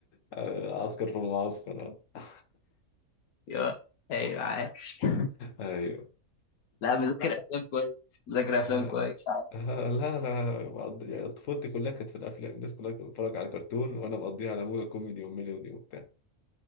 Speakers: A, on the left; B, on the left.
A: آه، عسكر في المعسكر آه.
B: يا ايوه عايش <laughs>
A: ايوه
B: لا مذاكر افلام كويس مذاكر افلام
A: آه،
B: كويس
A: آه، لا انا بعض- يعني طفولتي كلها كانت في الافلام الناس كلها كانت بتتفرج على كرتون وانا مقضيها على موجة كوميدي وميلودي وبتاع